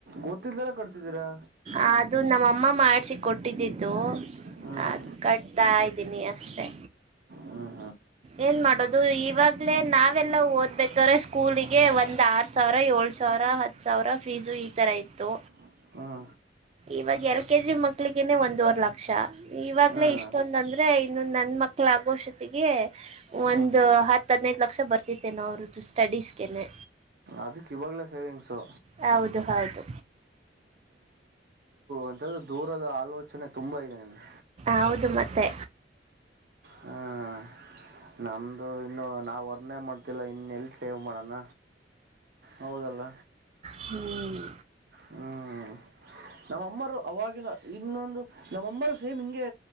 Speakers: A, on the right; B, on the right.
A: ಗೊತ್ತಿದ್ದಲ್ಲ ಕಟ್ತಿದ್ದೀರಾ
B: ಅದು ನಮ್ಮಮ್ಮ ಮಾಡ್ಸಿ ಕೊಟ್ಟಿದ್ದಿದ್ದು
A: ಹ್ಮ್
B: ಅದು ಕಟ್ ಕಥಾ ಇದೀನಿ ಅಷ್ಟೇ
A: ಹ್ಮ್
B: ಏನ್ ಮಾಡೋದು ಇವಾಗ್ಲೇ ನಾವೆಲ್ಲ ಓದ್ಬೇಕ್ರ ಸ್ಕೂಲಿಗೆ ಒಂದ್ ಆರ್ ಸಾವಿರ ಏಳ್ ಸಾವಿರ ಹತ್ತು ಸಾವಿರ ಫೀಸು ಈ ಥರ ಇತ್ತು
A: ಹ್ಮ
B: ಇವಾಗ ಎಲ್ ಕೆ ಜಿ ಮಕ್ಳಿಗನೆ ಒಂದುವವರೆ ಲಕ್ಷ ಇವಾಗ್ಲೇ
A: ಹ್ಮ್
B: ಇಷ್ಟೊಂದ ಅಂದ್ರೆ ಇನ್ನೊ ನನ್ ಮಕ್ಳ ಆಗೋ ಸೊತ್ತಗೆ
A: ಹ್ಮ್
B: ಒಂದು ಹತ್ತ ಹದ್ನೈದು ಲಕ್ಷ ಬರ್ತತೆೇನೋ ಅವ್ರದ್ದು ಸ್ಟಡೀಸ್ಗೆನೆ
A: ಅದಕ್ಕೆ ಇವಾಗಲೇ ಸೇವಿಂಗ್ಸು
B: ಹೌದು ಹೌದು
A: ಅಂತ್ರ ದೂರದ ಆಲೋಚನೆ ತುಂಬಾ ಇದೆ ನನ್ಗೆ
B: ಹೌದು ಮತ್ತೆ
A: ಹ್ಮ್ ನಮ್ದು ಇನ್ನು ನಾವ ವರ್ನೆ ಮಾಡ್ತಿಲ್ಲ ಇನ್ನ ಎಲ್ಲಿ ಸೇವ್ ಮಾಡಣ ಹೌದಲ್ಲ
B: ಹ್ಮ್
A: ಹ್ಮ್ ನಮ್ಮ ಅಮ್ಮರು ಅವವಾಗಿನ ಇನ್ನೊಂದು ನಮ್ಮ ಅಮ್ಮರು ಸೇಮ್ ಹಿಂಗೆ